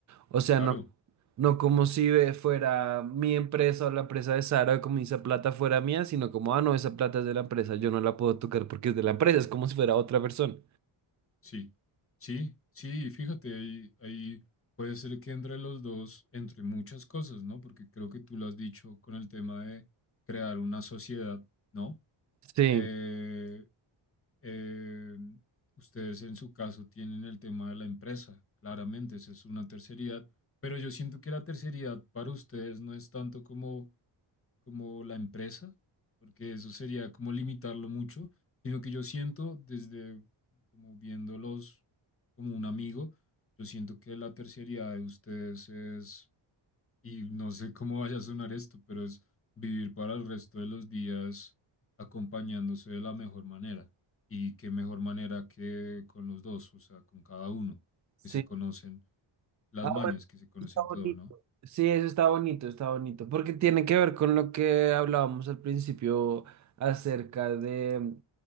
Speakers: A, on the right; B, on the left.
A: O sea,
B: claro.
A: no No como si ve- fuera mi empresa o la empresa de Sara, como esa plata fuera mía, sino como, ah, no, esa plata es de la empresa, yo no la puedo tocar porque es de la empresa, es como si fuera otra persona.
B: Sí, sí, sí, fíjate, ahí, ahí puede ser que entre los dos, entre muchas cosas, ¿no? Porque creo que tú lo has dicho con el tema de crear una sociedad, ¿no?
A: Sí,
B: Eh, eh, ustedes en su caso tienen el tema de la empresa, claramente, esa es una terceridad, pero yo siento que la terceridad para ustedes no es tanto como como la empresa, porque eso sería como limitarlo mucho, sino que yo siento desde como viéndolos como un amigo, yo siento que la terciaridad de ustedes es, y no sé cómo vaya a sonar esto, pero es vivir para el resto de los días acompañándose de la mejor manera. Y qué mejor manera que con los dos, o sea, con cada uno,
A: sí,
B: que se conocen las
A: Ah,
B: mañas,
A: bueno,
B: que se conocen
A: está bonito.
B: todo, ¿no?
A: Sí, eso está bonito, está bonito, porque tiene que ver con lo que hablábamos al principio acerca de mm,